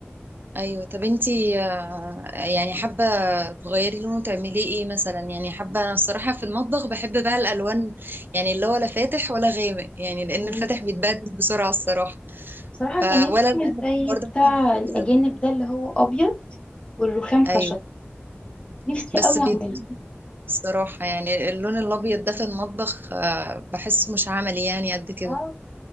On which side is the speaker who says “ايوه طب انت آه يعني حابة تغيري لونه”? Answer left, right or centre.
Right